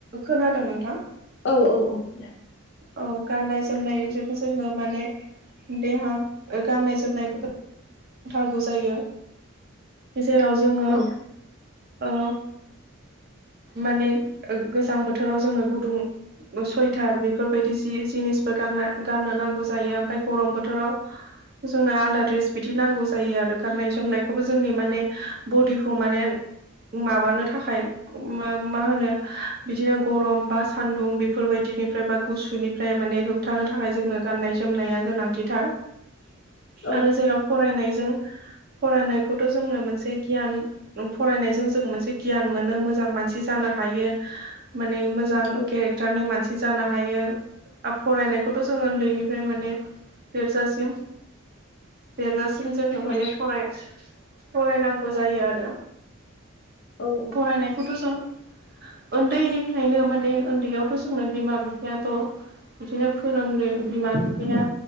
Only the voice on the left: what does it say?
औ औ औ दे
औ
औ
औ
औ
औ
औ